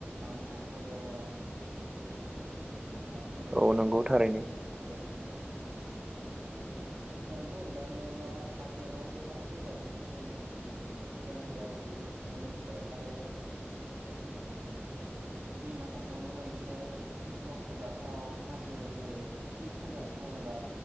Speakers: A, on the right; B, on the right.
A: लांबख' दं जेरै खांखि लांसो दं
B: औ नंगौ
A: बे
B: थारैनो
A: बाज्रुम खारबिआंलंआव होननानै बुङोब्लाथ' दा कारबिआलंआव गोबां दैबाज्रुमखौ जों गोदान गोदानै मिथिनो मोनबोबाय आरो दिमा हासावनि मोनसे मख'जाथाव हाजो जेरै पिक होननानै बुङोब्ला